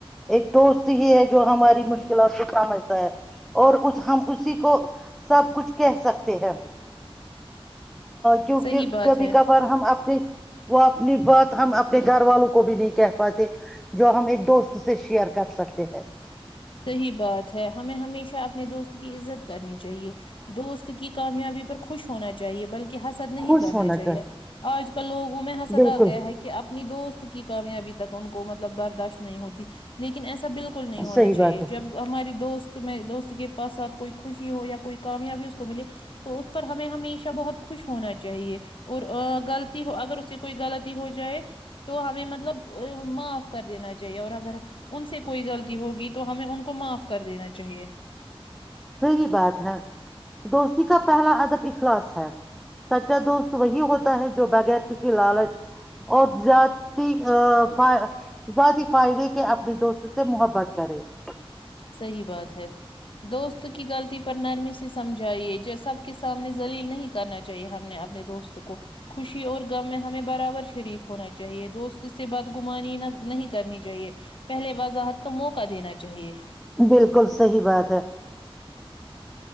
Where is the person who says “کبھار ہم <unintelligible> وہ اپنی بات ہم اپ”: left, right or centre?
Centre